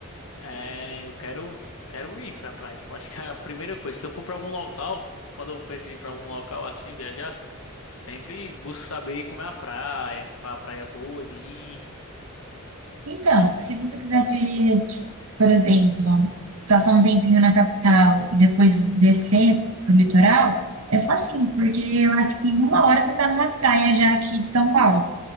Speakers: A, on the left; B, on the right.
A: é, eu quero, quero ir pra praia. Eu acho que é a primeira coisa, se eu for pra algum local, quando eu preciso ir pra algum local assim, viajar, sempre busco saber como é a praia, qual é a praia boa de ir,
B: Então, se você quiser ter, tipo, por exemplo, passar um tempinho na capital e depois descer pro litoral, é facinho, porque eu acho que em uma hora você tá numa praia já aqui de São Paulo.